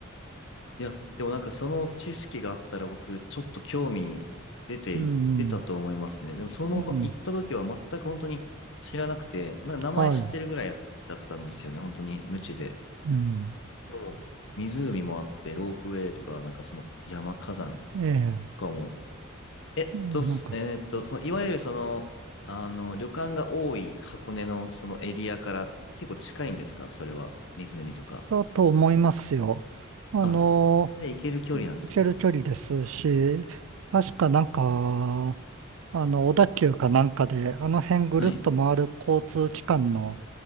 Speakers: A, on the left (about 65°); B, on the right (about 70°).
A: いや、でもなんかその知識があったら僕、ちょっと興味出て行ってたと思いますね。
B: うん、
A: でもその行った時は全く本当に知らなくて、
B: うん、
A: なんか名前知ってるぐらいだったんですよね。
B: はい、
A: 本当に無知で。
B: うん、
A: でも、湖もあって、ロープウェイとか、なんかその山火山
B: ええ、
A: とかも、えっと、
B: うんなんか、
A: すえーっと、その、いわゆるその、あの、旅館が多い箱根のそのエリアから結構近いんですかそれは、湖とか。
B: だと思いますよ。あの、
A: あ、全然行ける距離なんですね。
B: 行ける距離ですし、確かなんか、あの、小田急かなんかで、あの辺ぐるっと回る交通機関の、
A: はい。